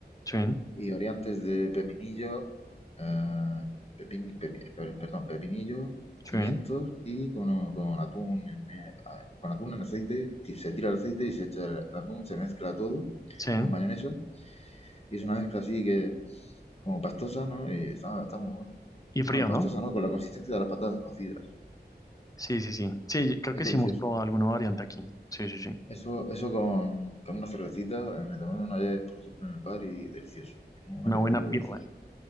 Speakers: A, on the left (about 20°); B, on the left (about 35°).
A: Sí,
B: y variantes de pepinillo, eh, pepin- pepi- perdón, pepinillo,
A: sí,
B: pimientos y con, con atún, en, eh, con atún en aceite, se tira el aceite y se echa el, atún, se mezcla todo
A: sí.
B: con mayonesa y es una mezcla así que como pastosa, ¿no? Y está, está muy bueno.
A: Y frío,
B: Bueno, pastosa,
A: ¿no?
B: ¿no? Con la consistencia de las patatas cocidas.
A: Sí, sí, sí. Sí, creo
B: Es
A: que
B: delicioso.
A: sí hemos probado alguna variante aquí. Sí, sí, sí.
B: Eso, eso con, con una cervecita, eh, me tomaron ayer, por ejemplo, en el bar y delicioso. Un
A: Una
B: aperitivo
A: buena birra.
B: delicioso.